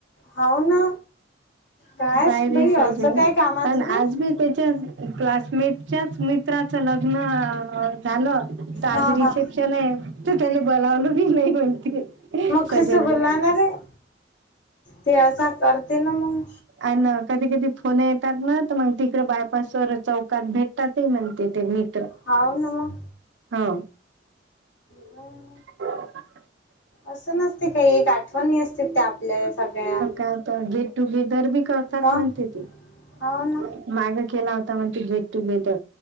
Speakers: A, on the left; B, on the right.
A: होवना कायच
B: सायरी
A: बाई
B: सजय
A: असं काय कामाचं‌
B: पण
A: बाई
B: आज मी त्याच्याच क्लासमेटच्याच मित्राचं लग्न आ. झालं त आज
A: हा
B: रिसेप्शन
A: हा
B: आहे तर त्याला बोलावलं बी नाही म्हणते.
A: मग
B: सजलने
A: कस बोलावणार आहे ते असा करते ना मग.
B: आन कधी कधी फोन येतात ना मग तिकड बायपास वर चौकात भेटतात ते म्हणते ते मित्र.
A: हाव‌ ना मग.
B: हो.
A: अ
B: <inaudible>
A: असं नसते काही एक आठवणी असते त्या आपल्या सगळ्या.
B: <unintelligible> गेट टुगेदर बी करतात
A: मग
B: म्हणते ती.
A: हाव ना
B: <unintelligible> मागं केला होता म्हण ते गेट टुगेदर